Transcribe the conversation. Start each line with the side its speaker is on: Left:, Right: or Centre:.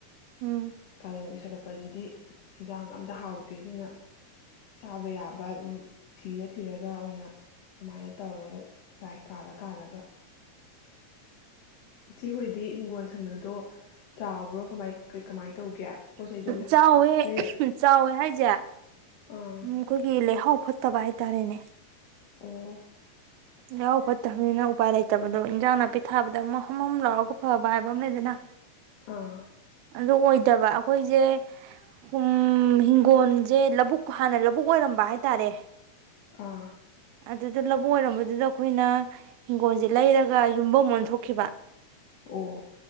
Right: ꯎꯝ
Left: ꯀꯂꯦꯟ ꯑꯣꯏꯁꯤꯜꯂꯛ ꯛꯄꯁꯤꯗꯤ ꯏꯟꯁꯥꯡꯒ ꯑꯝꯇ ꯍꯥꯎꯇꯦ ꯑꯗꯨꯅ ꯆꯥꯕ ꯌꯥꯕ ꯑꯗꯨꯝ ꯊꯤꯔ ꯊꯤꯔꯒ ꯑꯣꯏꯅ ꯑꯗꯨꯃꯥꯏꯅ ꯇꯧꯔꯒ ꯆꯥꯏ ꯀꯥꯜꯂ ꯀꯥꯂꯒ ꯏꯆꯦꯍꯣꯏꯗꯤ ꯍꯤꯡꯒꯣꯜ ꯁꯝꯕꯟꯗꯣ ꯆꯥꯎꯕ꯭ꯔꯣ ꯀꯃꯥꯏ ꯀꯃꯥꯏ ꯇꯧꯒꯦ ꯄꯣꯠ ꯆꯩꯗꯣ
Right: ꯆꯥꯎꯋꯦ
Left: ꯂꯩꯔ
Right: ꯆꯥꯎꯋꯦ ꯍꯥꯏꯁꯦ
Left: ꯑꯥ
Right: ꯎꯝ ꯈꯣꯏꯒꯤ ꯂꯩꯍꯥꯎ ꯐꯠꯇꯕ ꯍꯥꯏ ꯇꯥꯔꯦꯅꯦ
Left: ꯑꯣ
Right: ꯂꯩꯍꯥꯎ ꯐꯠꯇꯕꯅꯤꯅ ꯎꯄꯥꯏ ꯂꯩꯇꯕꯗꯣ ꯏꯟꯖꯥꯡ ꯅꯥꯄꯤ ꯊꯥꯕꯗ ꯑꯃ ꯍꯝ ꯍꯝ ꯂꯥꯎꯔꯒ ꯐꯕ ꯍꯥꯏꯕ ꯑꯃ ꯂꯩꯗꯅ
Left: ꯑꯥ
Right: ꯑꯗꯨ ꯑꯣꯏꯗꯕ ꯑꯩꯈꯣꯏꯁꯦ ꯀꯨꯝ ꯍꯤꯡꯒꯣꯟꯁꯦ ꯂꯧꯕꯨꯛ ꯍꯥꯟꯅ ꯂꯧꯕꯨꯛ ꯑꯣꯏꯔꯝꯕ ꯍꯥꯏꯇꯥꯔꯦ
Left: ꯑꯥ
Right: ꯑꯗꯨꯗ ꯂꯧꯕꯨꯛ ꯑꯣꯏꯔꯝꯕꯗꯨꯗ ꯑꯩꯈꯣꯏꯅ ꯍꯤꯡꯒꯣꯜꯁꯦ ꯂꯩꯔꯒ ꯌꯨꯝꯐꯝ ꯑꯣꯟꯊꯣꯛꯈꯤꯕ
Left: ꯑꯣ